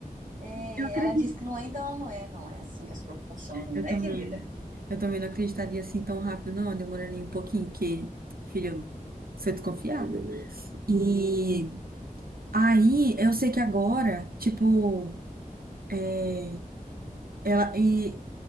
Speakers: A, on the right; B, on the right.
A: É,
B: Eu acredito.
A: ela disse que não é, então ela não é. Não é assim que as coisas funcionam,
B: Eu
A: né,
B: também.
A: querida?
B: Eu também não acreditaria assim tão rápido, não. Eu demoraria um pouquinho, porque, filho, eu sou desconfiada. E aí, eu sei que agora, tipo, é, ela e